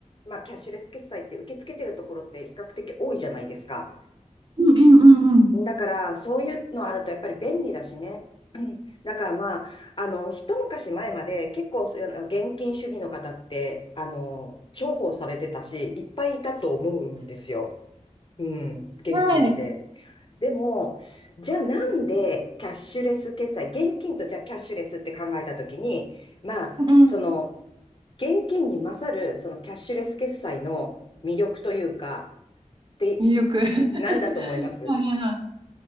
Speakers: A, on the left; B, on the right.
A: まあ、キャッシュレス決済って受け付けてるところって比較的多いじゃないですか。
B: うんうんうんうん。
A: だから、そういうのあるとやっぱり便利だしね。うんだからまあ、あの、一昔前まで結構、あの現金主義の方って、あの、重宝されてたし、いっぱいいたと思うんですよ。うん、現金って。
B: はい。
A: でも、じゃあなんでキャッシュレス決済、現金とじゃあキャッシュレスって考えたときに、まあ、
B: うんうん。
A: その、現金に勝る、そのキャッシュレス決済の魅力というか、って
B: 魅力。
A: 何だと思います
B: <laughs> はいはいはい。